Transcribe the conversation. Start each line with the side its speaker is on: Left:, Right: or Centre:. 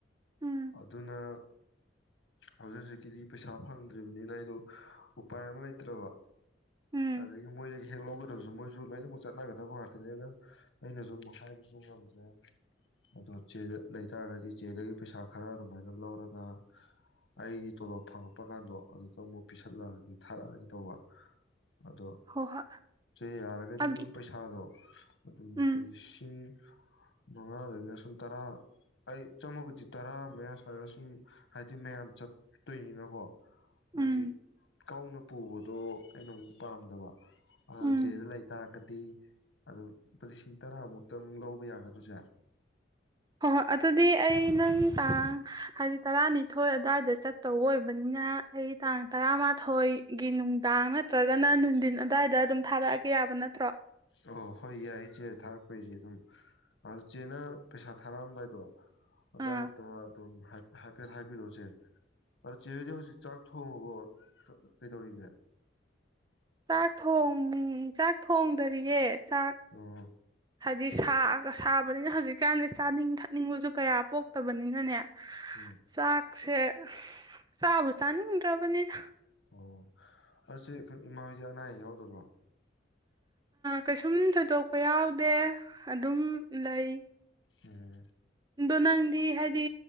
Right: ꯎꯝ
Left: ꯑꯗꯨꯅ ꯍꯧꯖꯤꯛ ꯍꯧꯖꯤꯛꯀꯤꯗꯤ ꯄꯩꯁꯥ ꯐꯪꯗ꯭ꯔꯤꯕꯅꯤꯅ ꯑꯩꯗꯣ ꯎꯄꯥꯏ ꯑꯃ ꯂꯩꯇ꯭ꯔꯕ
Right: ꯎꯝ
Left: ꯑꯗꯨꯗ ꯃꯣꯏ ꯍꯦꯛ ꯂꯧꯒꯗ꯭ꯔꯕꯁꯨ ꯃꯣꯏꯁꯨ ꯂꯣꯏꯅꯃꯛ ꯆꯠꯅꯒꯗꯕ ꯉꯇ ꯑꯗꯨꯅꯦꯅ ꯑꯩꯅꯁꯨ ꯑꯃꯨ ꯍꯥꯏꯕꯁꯨ ꯉꯝꯗ꯭ꯔꯦ ꯑꯗꯣ ꯆꯦꯗ ꯂꯩꯇꯥꯥꯔꯒꯗꯤ ꯆꯦꯗꯒꯤ ꯄꯩꯁꯥ ꯈꯔ ꯑꯗꯨꯃꯥꯏꯅ ꯂꯧꯔꯒ ꯑꯩꯒꯤ ꯇꯣꯂꯣꯞ ꯐꯪꯉꯛꯄ ꯀꯥꯟꯗꯣ ꯑꯗꯨꯇꯪ ꯑꯃꯨꯛ ꯄꯤꯁꯜꯂꯛꯑꯒꯦ ꯊꯥꯔꯛꯑꯒꯦ ꯇꯧꯕ ꯑꯗꯣ
Right: ꯍꯣ ꯍꯣꯏ
Left: ꯆꯦ ꯌꯥꯔꯒꯗꯤ
Right: ꯑꯗꯨ
Left: ꯑꯗꯨꯝ ꯄꯩꯁꯥꯗꯣ ꯑꯗꯨꯄꯁꯤꯡ
Right: ꯎꯝ
Left: ꯃꯉꯥꯗꯒꯤꯅ ꯁꯨꯝ ꯇꯔꯥ ꯑꯩ ꯆꯪꯃꯕꯗꯤ ꯇꯔꯥ ꯃꯌꯥ ꯁ꯭ꯋꯥꯏꯗ ꯁꯨꯝ ꯍꯥꯏꯗꯤ ꯃꯌꯥꯝ ꯆꯠꯇꯣꯏꯅꯤꯅꯀꯣ ꯍꯥꯏꯗꯤ
Right: ꯎꯝ
Left: ꯀꯧꯅ ꯄꯨꯕ ꯑꯗꯣ ꯑꯩꯅ ꯑꯃꯨꯛ ꯄꯥꯝꯗꯕ ꯑ
Right: ꯎꯝ
Left: ꯆꯦꯗ ꯂꯩ ꯇꯔꯥꯒꯗꯤ ꯑꯗꯨ ꯂꯨꯄꯥ ꯂꯤꯁꯤꯡ ꯇꯔꯥꯃꯨꯛꯇꯪ ꯂꯧꯕ ꯌꯥꯒꯗ꯭ꯔꯥ ꯆꯦ
Right: ꯍꯣꯏ ꯍꯣꯏ ꯑꯗꯨꯗꯤ ꯑꯩ ꯅꯪ ꯇꯥꯡ ꯍꯥꯏꯗꯤ ꯇꯔꯥꯅꯤꯊꯣꯏ ꯑꯗꯨꯋꯥꯏꯗ ꯆꯠꯇꯧ ꯑꯣꯏꯕꯅꯤꯅ ꯑꯩ ꯇꯥꯡ ꯇꯔꯥꯃꯥꯊꯣꯏꯒꯤ ꯅꯨꯡꯗꯥꯡ ꯅꯠꯇ꯭ꯔꯒꯅ ꯅꯨꯡꯊꯤꯟ ꯑꯗꯨꯋꯥꯏꯗ ꯑꯗꯨꯝ ꯊꯥꯔꯛꯑꯒꯦ ꯌꯥꯕ ꯅꯠꯇ꯭ꯔꯣ
Left: ꯑꯣ ꯍꯣꯏ ꯌꯥꯏꯌꯦ ꯆꯦ ꯊꯥꯔꯛꯄꯩꯗꯤ ꯑꯗꯨꯝ ꯑꯗꯣ ꯆꯦꯅ ꯄꯩꯁꯥ ꯊꯥꯔꯛꯑꯝꯗꯥꯏꯗꯣ ꯑꯗꯥꯏꯗ
Right: ꯑꯥ
Left: ꯑꯗꯨꯝ ꯍꯥꯏꯐꯦꯠ ꯍꯥꯏꯕꯤꯔꯛꯑꯣꯁꯦ ꯑꯗꯣ ꯆꯦꯗꯤ ꯍꯧꯖꯤꯛ ꯆꯥꯛ ꯊꯣꯡꯉꯕꯣ ꯀꯩꯗꯧꯔꯤꯒꯦ
Right: ꯆꯥꯛ ꯊꯣꯡ ꯆꯥꯛ ꯊꯣꯡꯗꯔꯤꯌꯦ ꯆꯥꯛ
Left: ꯑꯣ
Right: ꯍꯥꯏꯗꯤꯒ ꯁꯥꯕꯅꯤꯅ ꯍꯧꯖꯤꯛꯀꯥꯟꯗꯤ ꯆꯥꯅꯤꯡ ꯊꯛꯅꯤꯡꯕꯁꯨ ꯀꯌꯥ ꯄꯣꯛꯇꯕꯅꯤꯅꯅꯦ
Left: ꯎꯝ
Right: ꯆꯥꯛꯁꯦ ꯁꯥꯕꯨꯁꯅꯤꯗ꯭ꯔꯕꯅꯤꯗ
Left: ꯑꯣ ꯑꯗꯨ ꯑꯩꯈꯣꯏ ꯏꯃꯥꯍꯣꯏꯗꯤ ꯑꯅꯥ ꯑꯌꯦꯛ ꯌꯥꯎꯗꯕ꯭ꯔꯣ
Right: ꯀꯩꯁꯨꯝ ꯊꯣꯏꯗꯣꯛꯄ ꯌꯥꯎꯗꯦ ꯑꯗꯨꯝ ꯂꯩ
Left: ꯎꯝ
Right: ꯑꯗꯣ ꯅꯪꯗꯤ ꯍꯥꯏꯗꯤ